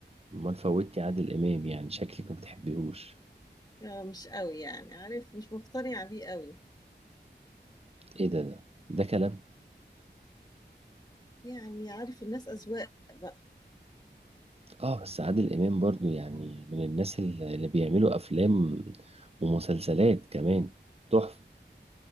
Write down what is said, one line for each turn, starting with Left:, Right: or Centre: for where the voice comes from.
Right: امال فوتي عادل امام يعني شكلك ما بتحبيهوش
Left: آه مش قوي يعني عارف مش مقتنعة بيه قوي
Right: ايه ده ده ده كلام
Left: يعني عارف الناس أذواق بقى
Right: اه بس عادل امام برضو يعني من الناس ال- اللي بيعملوا افلام ومسلسلات كمان تحفه